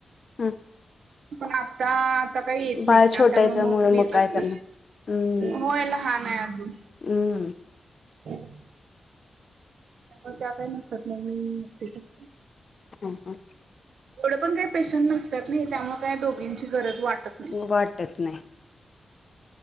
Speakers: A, on the left (about 45°); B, on the right (about 85°).
A: हं!
B: पण आता आता काही येत
A: बाळ
B: नाही त्या
A: छोटं
B: त्यामुळे
A: आहे
B: मग मीच
A: काय
B: असत.
A: करणार हं,
B: हो या ल हान आहे अजून
A: हं,
B: <unintelligible> त्या काही नसतात नाही मीच
A: हां हां!
B: एवढे पण काही पेशंट नसतात नही त्यामुळे काही दोघींची गरज वाटत नाही.
A: वाटत नाही.